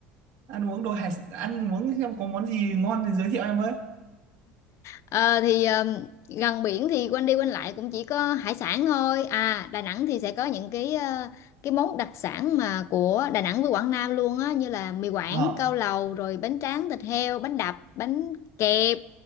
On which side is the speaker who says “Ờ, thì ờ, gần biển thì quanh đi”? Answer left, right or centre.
Left